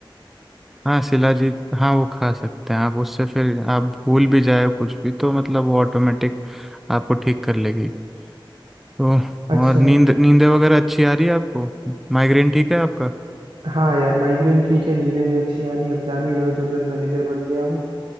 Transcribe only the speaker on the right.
अच्छा
हाँ यार माइग्रेन ठीक है नींदें भी अच्छी आ रही हैं। अब जान ही रहे हो जनरल मैनेजर बन गया हूँ